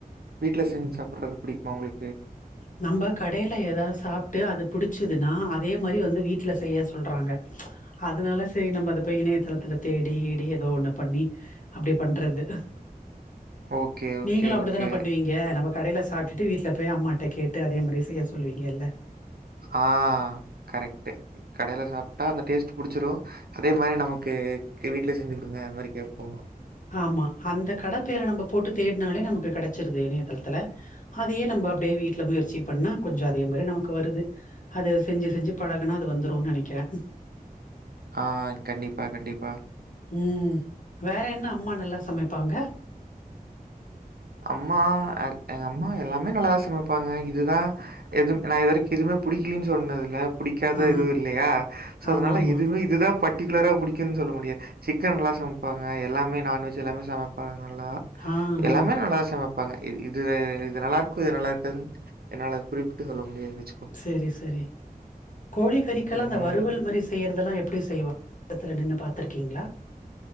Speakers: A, on the right; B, on the left.
A: வீட்டில செஞ்சு சாப்புட்றது பிடிக்குமா உங்குளுக்கு
B: <inaudible> நம்ப கடையில ஏதாவது சாப்ட்டு அது புடிச்சிதுன்னா அதே மாரி வந்து வீட்ல செய்ய சொல்றாங்க அதனால செரி நம்ம அத போய் இணையதளத்துல தேடி கீடி ஏதோ ஒண்ணு பண்ணி அப்டி பண்றது
A: ஓகே, ஓகே,
B: நீங்களு அப்டித்தானே
A: ஓகே.
B: பண்ணுவீங் க நம்ம கடைல சாப்ட்டுட்டு வீட்டுல போய் அம்மாட்ட கேட்டு அதே மாரி செய்ய சொல்லுவீங்கல்ல
A: ஆ கரெக்ட்டு கடைல சாப்ட்டா அந்த டேஸ்ட் புடிச்சிரு அதே மாரி நமக்கு வீட்ல செஞ்சு குடுங்க அந்த மாரி கேட்போ
B: ஆமா அந்த கடப்பேர நம்ம போட்டு தேட்னாலே நமக்கு கெடைச்சிருது இணையதளத்துல அதையே நம்ப அப்டியே வீட்ல முயற்சி பண்ணா கொஞ்ச அதே மாரி நமக்கு வருது அது செஞ்சு செஞ்சு பழகுனா அது வந்துருன் நெனைக்கிறே
A: ஆ கண்டிப்பா கண்டிப்பா
B: உம் வேற என்ன அம்மா நல்லா சமைப்பாங்க
A: அம்மா எங்க அம்மா எல்லாமே நல்லாதா சமைப்பாங்க இதுதா எதும் நா இதுவரைக்கு எதுமே புடிக்கிலின் சொன்னதில்ல புடிக்காதது
B: ஆ
A: எதுவு இல்லையா சோ
B: ஆமா
A: அதனால
B: ஆமா
A: இதுவு இதுதா பர்ட்டிகுலரா புடிக்குன் சொல்ல முடியாத் சிக்கன்ல்லா சமைப்பாங்க எல்லாமே நான்வெஜ் எல்லாமே சமைப்பாங்க நல்லா
B: ஆ ஆ
A: எல்லாமே நல்லா சமைப்பாங்க இது இது நல்லா இருக்கு இது நல்லா இருக்காதுன்ட் என்னால குறிப்பிட்டு சொல்ல முடியாதுன் வெச்
B: செரி செரி கோழி கறிக்கெல்லா
A: ம்.
B: அந்த வறுவல் மாரி செய்யறதெல்லா எப்டி செய்வா பக்கத்துல நின்னு பாத்துருக்கீங்களா